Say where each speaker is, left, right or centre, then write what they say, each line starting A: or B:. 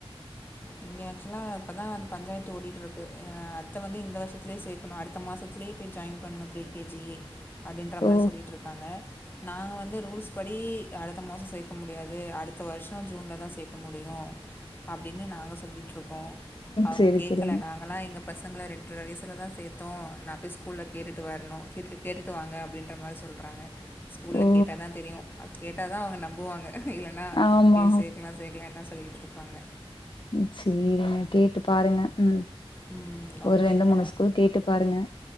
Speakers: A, on the left (about 20°); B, on the left (about 50°).
A: இங்க ஆக்சுவலா இப்பதா அந்த பஞ்சாயத்து ஓடிட்டுருக்கு அ அத்த வந்து இந்த வர்ஷத்துலயே சேக்கணோ அடுத்த மாசோ பக்கத்லயே போய் ஜாயின் பண்ணணோ ப்ரீ கே ஜி அப்டீன்ற
B: ஓ
A: மாரி சொல்லிட்டுருக்காங்க நாங்க வந்து ரூல்ஸ் படி அடுத்த மாஸோ சேக்க முடியாது அடுத்த வர்ஷோ ஜூன்லதா சேக்க முடியோ அப்டின்னு நாங்க சொல்லிட்டுருக்கோ அவுங்க
B: சேரி
A: கேக்கல
B: சேரிங்க
A: நாங்களலா எங்க பசங்கள ரெண்ட்ற வயசுலாதா சேத்தோ நா போய் ஸ்கூல்ல கேட்டுட்டு வர்ணோ கேட்டு கேட்டுட்டு வாங்க அப்டீன்ற மாரி சொன் ஸ்கூல்ல
B: ஓ
A: கேட்டாதா தெரியு அது கேட்டா தா அவுங்க நம்புவாங்க இல்லன்னா
B: ஆமா
A: இப்பயே சேக்கலா சேக்கலானா சொல்லிட்டுருப்பாங்க
B: ம் செரீங்க கேட்டு பாருங்க ம்
A: ம்.
B: ஒரு
A: ஓகேங்க.
B: ரெண்டு மூணு ஸ்கூல் கேட்டு பாருங்க